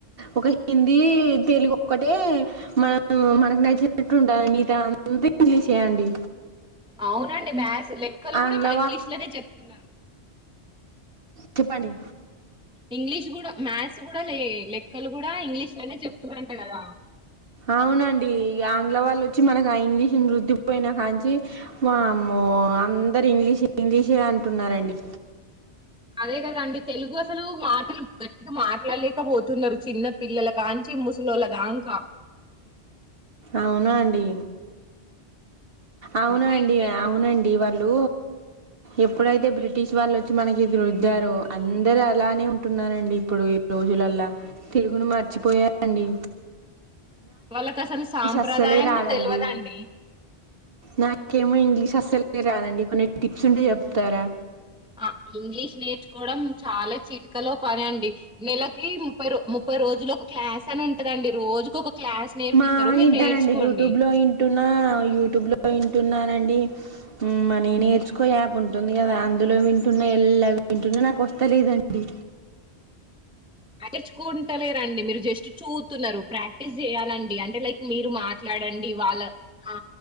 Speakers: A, on the right (about 60°); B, in the centre.
A: ఒక హిందీ తెలుగు ఒక్కటే మన మనకు నచ్చినట్టు ఉంటుంది మిగతా అంతా ఇంగ్లీషే అండి
B: అవునండి మ్యాథ్స్ లెక్కలు
A: ఆంగ్ల
B: కూడా మా ఇంగ్లీష్ లోనే చెప్పుకున్నారు
A: చెిప్పండి
B: ఇంగ్లీష్ కూడా మ్యాథ్స్ కూడా లే లెక్కలు కూడా ఇంగ్లీష్ లెనే చెప్తురంట కదా.
A: అవునండి, ఆంగ్ల వాళ్ళు వచ్చి మనకు ఆ ఇంగ్లీష్ ని రుద్దిపోయినా కాంచి, వామ్మో అందరు ఇంగ్లీష్ ఇంగ్లీషే అంటున్నారండి.
B: అదే కదండి తెలుగు అసలు, మాటలు గట్టిగా మాట్లాడలేక పోతున్నారు, చిన్న పిల్లల కాంచి ముసలోళ్ళ దాంక.
A: అవునా అండి. అవునండి
B: మా ఇంటి దగ్గర
A: అవునండి వా. ఇళ్ళు ఎప్పుడైతే బ్రిటిష్ వాళ్ళు వచ్చి మనకి ఇది రుద్దారో, అందరు అలానే ఉంటున్నారండి, ఇప్పుడు ఇ రోజులల్లా. తెలుగును మర్చిపోయాారండి.
B: వాళ్ళక అసలు సాంప్రదాయం
A: అస్సలే రాదండి
B: కూడా, తెలువదండి.
A: నాకేమో ఇంగ్లీష్ అస్సలే కె రాదండి కొన్ని టిప్స్ ఉంటే చెప్తారా.
B: ఆ ఇంగ్లీష్ నేర్చుకోవడం చాలా చిట్కలో పని అండి, నెలకి ముప్పై రో ముప్పై రోజులు ఒక క్లాస్ అని ఉంటదండి రోజుక ఒక. క్లాస్ నేర్పిస్తారు
A: మా
B: మీరు
A: ఇనటానండి
B: నేర్చుకోండి
A: యూట్యూబ్ లోఇంటున్న యూట్యూబ్ లో ఇన్. వింటున్నానండి అ మని నేర్చుకో యాప్ ఉంటుంది కదా అందులో వింటున్న ఎల్లా వింటున్నా నాకు వస్తాలేదండి.
B: అట్టిచుకుంటలేరండి మీరు జస్ట్ చూత్తూన్నారు ప్రాక్టీస్ జెయ్యాలండి అంటే లైక్ మీరు మాట్లాడండి వాళ్ళ ఆ